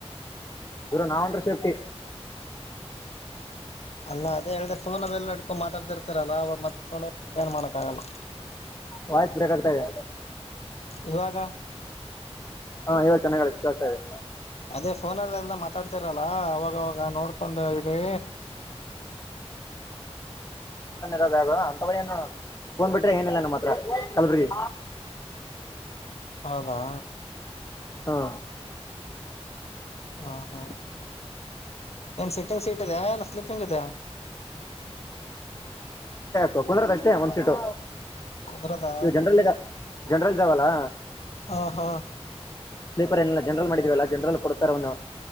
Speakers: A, on the left (about 30°); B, on the left (about 70°).
A: ಗುರ ನಾಾವಂದ್ರ ಶಫಿ
B: ಅಲ್ಲ ಅದೇ ಹೇಳ್ದೆ ಸೋನ ಬೆಲ್ಲ ನಡ್ಕೊಂಡ ಮಾತಾಡ್ತಿರ್ತಾರಲ್ಲಾ ಅವಾಗೊಂಡ ಏನ್ ಮಾಡಕ್ ಆಗಲ್ಲ
A: ವಾಯ್ಸ್ ಬ್ರೇಕ್ ಆಗ್ತಾದೆ
B: ಇವಾಗ
A: ಹಾ ಇವಾಗ ಚೆನ್ನಾಗ ಕೇಳ್ತಾ ಇದಿ
B: ಅೇ ಫೋನಲ್ಲೆಲ್ಲ ಮಾತಾಡ್ತಿರಲ್ಲ ಅವಾಗವಾಗ ನೋಡ್ಕೊಂಡು ಇಡ್ರಿ
A: ಬಾಗ ಅಂತವರ ಏನು ಫೋನ್ ಬಿಟ್ರೆ ಏನಿಲ್ಲ ನಮ್ಮ ಹತ್ರ ಕಲ್ಬುರ್ಗಿ
B: ಹೌದಾ
A: ಹಾ
B: ಹ ಹಾ ಏನ್ ಸಿಟ್ಟಿಂಗ್ ಸೀಟ್ ಇದೆ ಏನ್ ಸ್ಲೀಪಿಂಗ್ ಇದೆ
A: ಕೊಕುಂದ್ರದ ಅಷ್ಟೇ ಒಂದ್ ಸೀಟು
B: ಕುಂದ್ರದ
A: ಇ ಜನರಲ್ ಇದ ಜನರಲ್ ಇದಾವಲ್ಲಾ
B: ಹ ಹಾ
A: ಸ್ಲೀಪರ್ ಏನಲ್ಲ ಜನರಲ್ ಮಾಡಿದೀವಲ್ಲ ಜನರಲ್ ಕೊಡ್ತಾರ ಅವನು